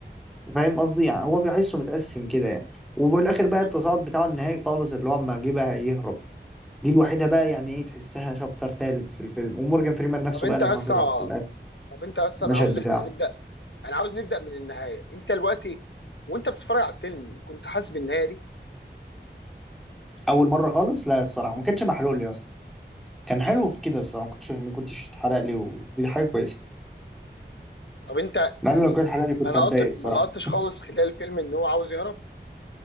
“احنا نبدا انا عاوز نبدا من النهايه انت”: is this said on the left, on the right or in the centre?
Left